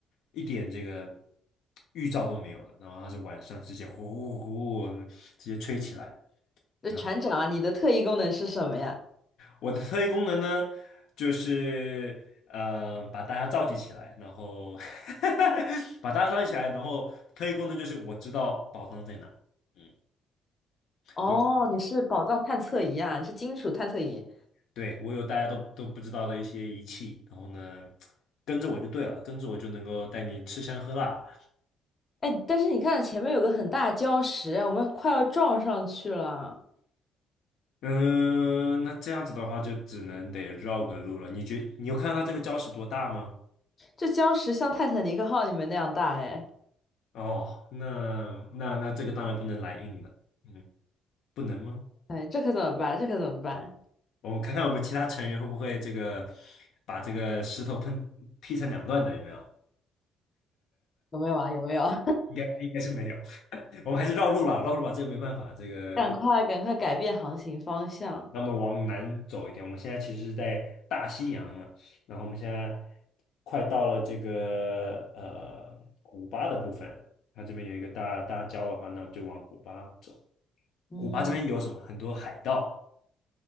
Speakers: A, on the left (about 70°); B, on the left (about 30°).
A: 一点这个预兆都没有的，然后它是晚上直接呼呼呼呼直接吹起来。
B: 那船长啊，
A: 然后
B: 你的特异功能是什么呀？
A: 我的特异功能呢，就是呃把大家召集起来，然后 <laughs> 把大家召集起来，然后特异功能就是我知道宝藏在哪。嗯。
B: 哦，
A: 我。
B: 你是宝藏探测仪啊，你是金属探测仪。
A: 对，我有大家都都不知道的一些仪器，然后呢，跟着我就对了，跟着我就能够带你吃香喝辣。
B: 哎，但是你看前面有个很大的礁石啊，我们快要撞上去了。
A: 嗯，那这样子的话，就只能得绕个路了。你觉你有看到这个礁石多大吗？
B: 这礁石像泰坦尼克号里面那样大，哎，
A: 哦，那那那这个当然不能来硬的，嗯，不能吗？
B: 哎，这可怎么办？这可怎么办？
A: 我们看看我们其他成员会不会这个把这个石头喷劈成两段的，有没有？
B: 有没有啊？有没有？<laughs>
A: 应该应该是没有，<laughs> 我们还是绕路吧，绕路吧，这个没办法，这个。
B: 赶快，赶快改变航行方向。
A: 那么往南走一点，我们现在其实是在大西洋了，然后我们现在快到了这个呃古巴的部分，它这边有一个大大礁的话，那我们就往古巴走。
B: 嗯，
A: 古巴这边有什么？很多海盗。